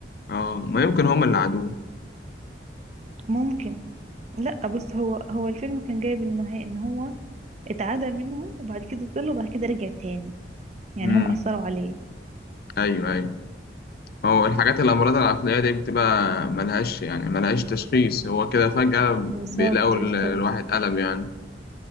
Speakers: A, on the left; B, on the right.
A: اه ما يمكن هما اللي عادوه
B: ممكن لا بص هو هو الفيلم كان جايب النهاية ان هو اتعدى منهم وبعد كده طلع وبعد كده رجع تاني يعني
A: امم
B: هم اثروا عليه
A: ايوه ايوه هو الحاجات الامراض العقليه دي بتبقى ملهاش يعني ملهاش تشخيص هو كده فجاه
B: بالظبط
A: بيلاقوا ال-
B: بالظبط
A: الواحد قلب يعني